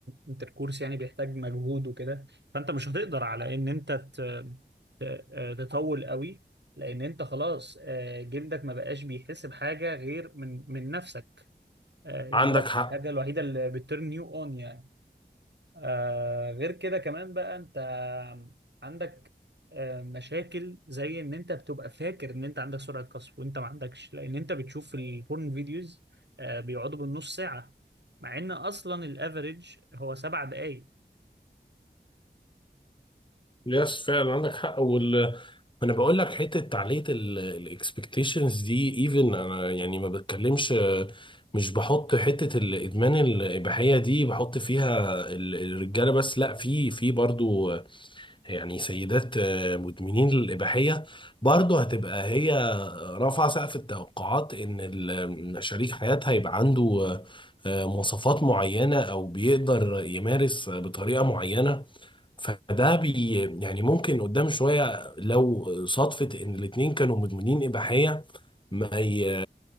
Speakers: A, on the right; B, on the left.
A: انتركورس يعني بيحتاج مجهود وكده فانت مش هتقدر على ان انت ت- ت- تطول قوي لان انت خلاص آه، جلدك ما بقاش بيحس بحاجه غير من من نفسك آه، دي
B: عندك
A: بقى
B: حق
A: الحاجه الوحيده اللي بترن يو اون يعني آه غير كده كمان بقى انت عندك آه مشاكل زي ان انت بتبقى فاكر ان انت عندك سرعة قصف وانت ما عندكش لان انت بتشوف في البورن فيديوز آه بيقعدوا بالنص ساعة مع ان اصلا الافريج هو سبع دقايق
B: يس فعلا عندك حق وال انا بقول لك حته تعليق الاكسبكتيشنز دي ايفن انا يعني ما بتكلمش مش بحط حته الادمان الاباحيه دي بحط فيها ال- الرجاله بس لا في في برضو يعني سيدات مدمنين الاباحيه برضو هتبقى هي رافعه سقف التوقعات ان ال- شريك حياتها يبقى عنده آه، مواصفات معينه او بيقدر يمارس بطريقه معينه فده بي يعني ممكن قدام شوية لو صدفة إن الاتنين كانوا مدمنين إباحية ما ي...